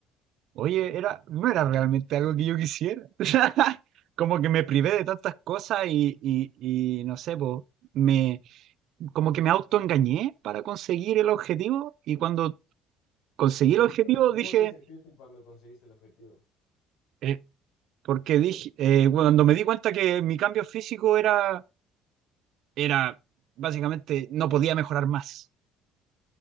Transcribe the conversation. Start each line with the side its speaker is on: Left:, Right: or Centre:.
Right: Oye, era, no era realmente algo que yo quisiera. <laughs> Como que me privé de tantas cosas y, y, y no sé, po, me, como que me autoengañé para conseguir el objetivo y cuando conseguí
Left: Conseguiste,
Right: el objetivo dije,
Left: ¿cómo te sentiste cuando conseguiste el objetivo?
Right: eh, porque dije, eh, cuando me di cuenta que mi cambio físico era, era básicamente no podía mejorar más.